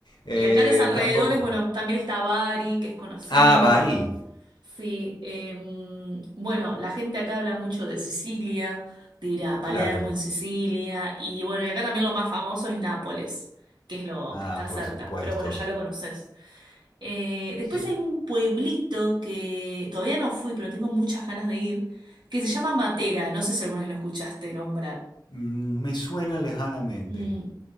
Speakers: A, on the left; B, on the right.
A: eh,
B: Y acá los alrededores,
A: tampoco.
B: bueno, también está Bari, que es conocido.
A: Ah, Bari,
B: Sí. em, bueno, la gente acá habla mucho de Sicilia, de ir a Palermo
A: claro.
B: en Sicilia. Y bueno, y acá también lo más famoso es Nápoles, que es lo
A: Ah,
B: que está
A: por
B: cerca.
A: supuesto.
B: Pero bueno, ya lo conoces. Eh, después
A: Sí,
B: hay un pueblito que todavía no fui, pero tengo muchas ganas de ir, que se llama Matera. No sé si alguna vez lo escuchaste nombrar.
A: mm, me suena lejanamente.
B: Mm,